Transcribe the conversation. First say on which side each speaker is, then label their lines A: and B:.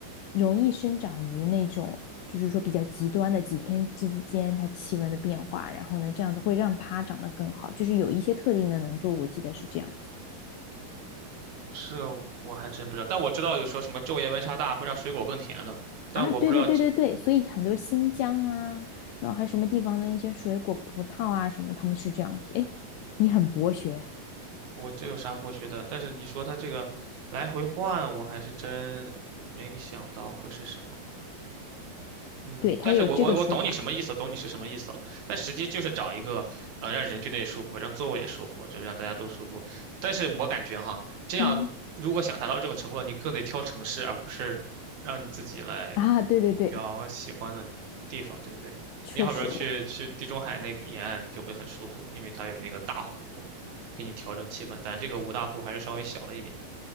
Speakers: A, on the left; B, on the right.
A: 容易生长于那种就是说比较极端的几天之间它气温的变化，然后呢这样子会让它长得更好，就是有一些特定的农作物，我记得是这样子。的。
B: 是我还真不知道，但我知道有说什么昼夜温差大会让水果更甜的，
A: 啊，
B: 但我不知道这
A: 对对对对对，所以很多新疆啊，然后还有什么地方的那些水果、葡萄啊什么，他们是这样子。哎，你很博学，
B: 我这有啥剥削的，但是你说它这个来回换，我还是真没想到会是什么。嗯，
A: 对，他有这个说法。
B: 但是我我我懂你什么意思，懂你是什么意思了。但实际就是找一个，呃，让人觉得也舒服，让座位也舒服，就是让大家都舒服。但是我感觉哈，这样如果想达到这种成果，
A: 嗯，
B: 你更得挑城市，而不是让你自己来
A: 啊，对对对，
B: 挑喜欢的地方，对不对？
A: 确实我，
B: 你好比说去去地中海那个沿岸就会很舒服，因为它有那个大湖，给你调整气氛。咱这个五大湖还是稍微小了一点。